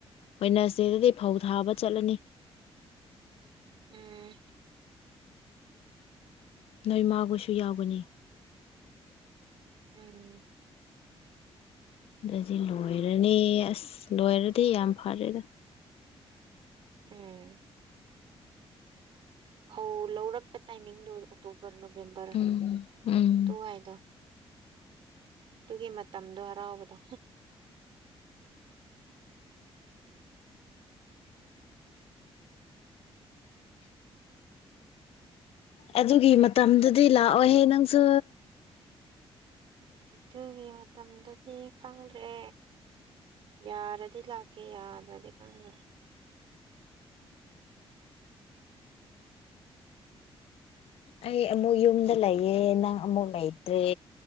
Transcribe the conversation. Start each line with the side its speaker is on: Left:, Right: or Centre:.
Left: ꯋꯦꯠꯅꯁꯗꯦ ꯗꯗꯤ ꯐꯧ ꯊꯥꯕ ꯆꯠꯂꯅꯤ
Right: ꯎꯝ
Left: ꯅꯣꯏ ꯃꯥꯒꯣꯏꯁꯨ ꯌꯥꯎꯒꯅꯤ
Right: ꯎꯝ
Left: ꯑꯗꯨꯗꯗꯤ ꯂꯣꯏꯔꯅꯤ ꯑꯁ ꯂꯣꯏꯔꯗꯤ ꯌꯥꯝ ꯐꯔꯦꯗ
Right: ꯎꯝ ꯐꯧ ꯂꯧꯔꯛꯄ ꯇꯥꯏꯃꯤꯡꯗꯣ ꯑꯣꯛꯇꯨꯕꯔ ꯅꯕꯦꯝꯕꯔ
Left: ꯎꯝ ꯎꯝ
Right: ꯑꯗꯨꯋꯥꯏꯗꯣ ꯑꯗꯨꯒꯤ ꯃꯇꯝꯗꯣ ꯍꯔꯥꯎꯕꯗꯣ
Left: ꯑꯗꯨꯒꯤ ꯃꯇꯝꯗꯨꯗꯤ ꯂꯥꯛꯑꯣꯏꯍꯦ ꯅꯪꯁꯨ
Right: ꯑꯗꯨꯒꯤ ꯃꯇꯝꯗꯗꯤ ꯈꯪꯗ꯭ꯔꯦ ꯌꯥꯔꯗꯤ ꯂꯥꯛꯀꯦ ꯌꯥꯗꯔꯗꯤ ꯈꯪꯗꯔꯦ
Left: ꯑꯩ ꯑꯃꯨꯛ ꯌꯨꯝꯗ ꯂꯩꯌꯦ ꯅꯪ ꯑꯃꯨꯛ ꯂꯩꯇ꯭ꯔꯦ